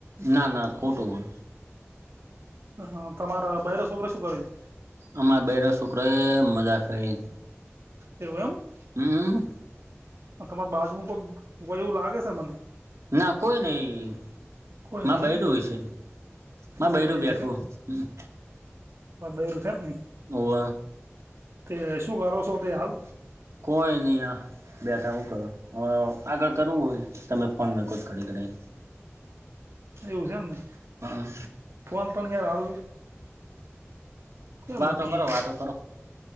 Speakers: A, on the right; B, on the right.
A: ના ના ખોટું હે.
B: હ તમારા બઇરી શોકરે શું કરે છે?
A: અમારા બૈરા સોકરા એ મજા કરે ને.
B: એવું એમ.
A: હમ
B: તમાર બાજુમાં કોક હોય એવું લાગે છે મને.
A: ના કોઈ નહીં.
B: કોઈ
A: માર
B: નહીં
A: બૈરું
B: એમ નહીં
A: હશે.
B: તમારું
A: મારું બૈરું બેઠું
B: છે
A: હે. હઆ
B: તમારું બૈરું છે એમને?
A: હોવ
B: તે શું કરો છો તે હાલ?
A: કોઈ નહી આ. બેઠાવું કરું હ આગળ કરવું હોય તમે ફોન મેં કો જ કટી કઢાઈ.
B: એવું છે એમને?
A: હા
B: ફોન પણ કે હાલ ક્યા
A: વાતો
B: મૂકીએે
A: કરો વાતો કરો